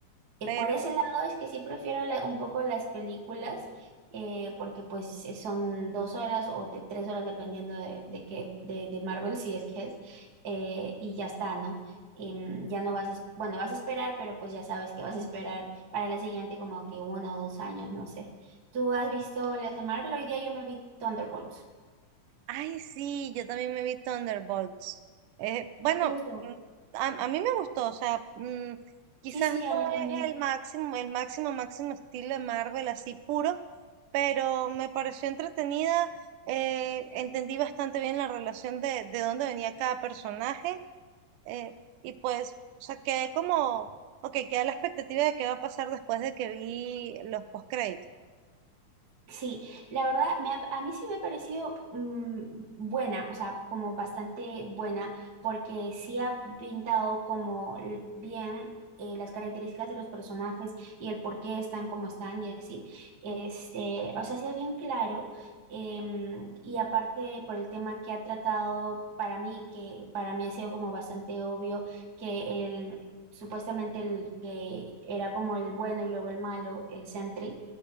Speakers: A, on the right; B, on the right.
A: Eh,
B: Pero,
A: por ese lado es que sí prefiero la- un poco las películas, eh, porque pues eh, son dos horas o de tres horas dependiendo de, de qué, de, de Marvel si es que es, eh, y ya está, ¿no? Em, ya no vas, a es- bueno, vas a esperar, pero pues ya sabes que vas a esperar para la siguiente como que uno o dos años, no sé. ¿Tú has visto las de Marvel? Hoy día yo me vi Thunderbolts.
B: ay, sí, yo también me vi Thunderbolts. Eh, bueno,
A: ¿Sí te gustó?
B: mm, a, a mí me gustó, o sea, mm, quizás
A: Sí, sí,
B: no
A: a mí también.
B: es el máximo, el máximo, máximo estilo de Marvel así puro, pero me pareció entretenida, eh, entendí bastante bien la relación de, de dónde venía cada personaje eh, y pues, o sea, quedé como, ok, queda la expectativa de qué va a pasar después de que vi los postcréditos.
A: Sí, la verdad, me ha- a mí sí me ha parecido mm, buena, o sea, como bastante buena, porque sí ha pintado como l- bien eh, las características de los personajes y el por qué están como están y así. Este, o sea, sí ha bien claro, em, y aparte por el tema que ha tratado para mí, que para mí ha sido como bastante obvio que el... Supuestamente el que era como el bueno y luego el malo, el Sentry,